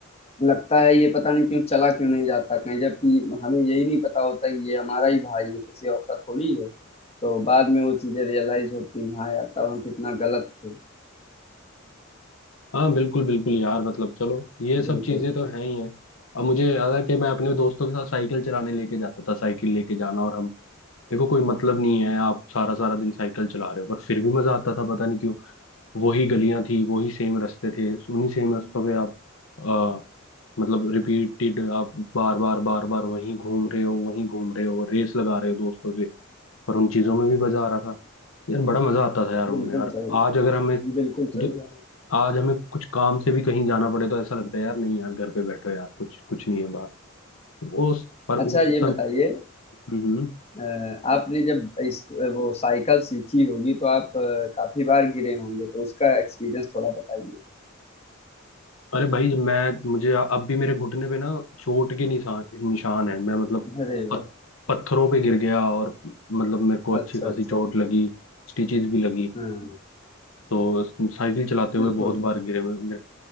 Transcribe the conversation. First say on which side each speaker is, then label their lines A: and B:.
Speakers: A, on the left; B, on the left.
A: लगता है ये पता नहीं क्यों चला क्यों नहीं जाता कहीं जबकि हमें यही नहीं पता होता कि ये हमारा ही भाई है किसी और का थोड़ी है तो बाद में वो चीजें रियलाइज होती हैं हाँ यार तब हम कितना गलत थे
B: हाँ बिल्कुल बिल्कुल यार मतलब चलो ये सब
A: बिल्कुल
B: चीजें तो हैं ही हैं अब मुझे याद है कि मैं अपने दोस्तों के साथ साइकिल चलाने लेके जाता था साइकिल लेके जाना और हम देखो कोई मतलब नहीं है आप सारा सारा दिन साइकिल चला रहे हो पर फिर भी मजा आता था पता नहीं क्यों वही गलियां थी वही सेम रास्ते थे उन्हीं सेम रास्तों पे आप आ, मतलब रिपीटेड आप बार बार बार बार वहीं घूम रहे हो वहीं घूम रहे हो रेस लगा रहे हो दोस्तों से पर उन चीजों में भी मजा आ रहा था यार बड़ा मजा आता था यार उनमें
A: बिल्कुल
B: यार
A: सही
B: आज अगर हमें
A: बिल्कुल
B: दु-
A: सही बात।
B: आज हमें कुछ काम से भी कहीं जाना पड़े तो ऐसा लगता है यार नहीं यार घर पे बैठो यार कुछ कुछ नहीं है बात उस
A: <laughs>
B: पर उस
A: अच्छा ये बताइए
B: समय
A: अ, आपने जब इस वो साइकिल सीखी होगी तो आप अ, काफी बार गिरे होंगे तो उसका एक्सपीरियंस थोड़ा बताइए
B: अरे भाई जब मैं मुझे अब भी मेरे घुटने पे ना चोट के निशान निशान है मैं मतलब
A: अरे
B: पत,
A: वाह
B: पत्थरों पे गिर गया और मतलब मेरे को अच्छी
A: अच्छा
B: खासी
A: अच्छा
B: चोट लगी स्टिचेस भी लगी
A: हाँ
B: तो साइकिल चलाते हुए
A: बिल्कुल
B: बहुत बार गिरे मैं मैं